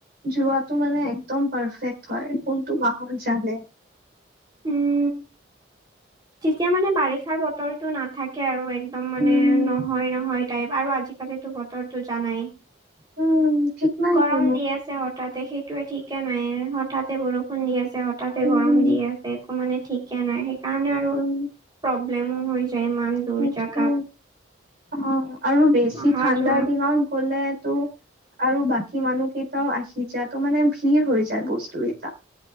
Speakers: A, on the right; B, on the right.
A: যোৱাটো মানে, একদম পাৰফেক্ট হয়। কোনটো মাহৰ <unintelligible>
B: উম! তেতিয়া মানে, বাৰিষাৰ বতৰটো নাথাকে আৰু। এক একদম মানে,
A: উম
B: নহয়, নহয় টাইপ। আৰু আজিকালিতো, বতৰটো জানাই!
A: উম! ঠিক নাই
B: গৰম
A: কোনো
B: দি আছে, হঠাতে। সেইটোৱে, ঠিকে নাই। হঠাতে বৰষুণ বৰষুণ দি আছে। হঠাতে
A: উম
B: গৰম দি আছে, একো মানে, ঠিকে নাই। সেইকাৰণে আৰু
A: উম
B: প্ৰব্লেমো হয়, দূৰ
A: সেইটোৱে
B: জাগাত।
A: অ'! আৰু বেছি
B: অহা
A: ঠাণ্ডাৰ
B: যোৱা
A: দিনত গ'লে, তোৰ আৰু বাকী মানুহকেইটাও আহি যায়। ত' মানে, ভিৰ হৈ যায়, বস্তু কেইটা।